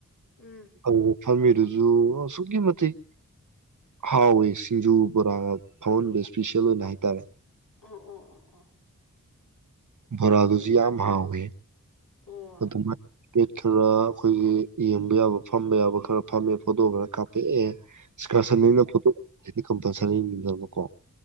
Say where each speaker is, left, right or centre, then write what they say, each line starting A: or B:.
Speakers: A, on the left; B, on the right.
A: ꯎꯝ
B: ꯑꯗꯨ ꯐꯝꯃꯤꯗꯨꯁꯨ ꯑꯁꯨꯛꯀꯤ ꯃꯇꯤꯛ ꯍꯥꯎꯋꯤ ꯁꯤꯡꯖꯨ ꯕꯣꯔꯥ ꯑꯃ ꯐꯝꯍꯟꯕ ꯏꯁꯄꯤꯁꯤꯦꯜ ꯑꯣꯏꯅ ꯍꯥꯏꯇꯥꯔꯦ
A: ꯑꯣ ꯑꯣ ꯑꯣ ꯑꯣ
B: ꯣꯔꯥꯗꯨꯖꯤꯌꯥ ꯃꯍꯥꯛꯦ
A: ꯑꯣ
B: ꯑꯗꯨ ꯑꯗꯨꯃꯥꯏ ꯄꯦꯠ ꯈꯔ ꯑꯩꯈꯣꯏꯒꯤ ꯌꯦꯡꯕ ꯌꯥꯕ ꯐꯝꯕ ꯌꯥꯕ ꯈꯔ ꯐꯝꯃꯦ ꯐꯣꯇꯣ ꯈꯔ ꯀꯥꯞꯄꯛꯑꯦ ꯏꯁꯀ
A: ꯑꯥ
B: ꯑꯁꯟꯅ
A: ꯑꯥ
B: ꯄꯣꯠꯇ ꯗꯤ ꯀꯝꯄꯜꯁꯔꯤꯗꯅꯀꯣ